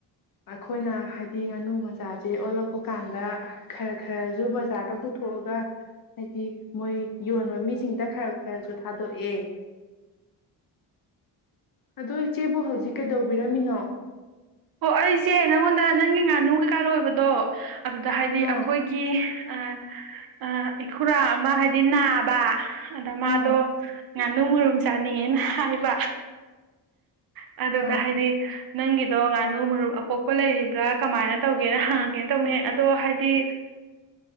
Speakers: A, on the left (about 50°); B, on the right (about 50°).
A: ꯑꯩꯈꯣꯏꯅ ꯍꯥꯏꯗꯤ ꯉꯥꯅꯨ ꯃꯆꯥꯁꯦ ꯑꯣꯜꯂꯛꯄ ꯀꯥꯟꯗ ꯈꯔ ꯈꯔꯁꯨ ꯕꯖꯥꯔꯗ ꯄꯨꯊꯣꯛꯑꯒ ꯍꯥꯏꯗꯤ ꯃꯣꯏ ꯌꯣꯟꯕ ꯃꯤꯁꯤꯡꯗ ꯈꯔ ꯈꯔꯁꯨ ꯊꯥꯗꯣꯛꯑꯦ ꯑꯗꯣ ꯏꯆꯦꯕꯨ ꯍꯧꯖꯤꯛ ꯀꯩꯗꯧꯕꯤꯔꯝꯃꯤꯅꯣ
B: ꯑꯣ ꯑꯩꯁꯦ ꯅꯪꯉꯣꯟꯗ ꯅꯪꯒꯤ ꯉꯥꯅꯨ ꯀꯩꯀꯥ ꯂꯣꯏꯕꯗꯣ ꯑꯗꯨꯗ ꯍꯥꯏꯗꯤ
A: ꯑꯥ
B: ꯑꯩꯈꯣꯏꯒꯤ ꯑ ꯑ ꯏꯈꯨꯔꯥ ꯑꯃ ꯍꯥꯏꯗꯤ ꯅꯥꯕ ꯕꯥ ꯑꯗ ꯃꯥꯗꯣ
A: ꯑꯥ
B: ꯉꯥꯅꯨ ꯃꯨꯔꯨꯝ ꯆꯥꯅꯤꯡꯉꯦꯅ ꯍꯥꯏꯕ ꯑꯗꯨꯗ
A: ꯑꯥ
B: ꯍꯥꯏꯗꯤ ꯅꯪꯒꯤꯗꯣ ꯉꯥꯅꯨ ꯃꯔꯨꯝ ꯑꯀꯣꯛꯄ ꯂꯩꯔꯤꯕ꯭ꯔꯥ ꯀꯃꯥꯏꯅ ꯇꯧꯒꯦꯅ ꯍꯪꯉꯛꯀꯦꯅ ꯇꯧꯅꯤ ꯑꯗꯣ ꯍꯥꯏꯗꯤ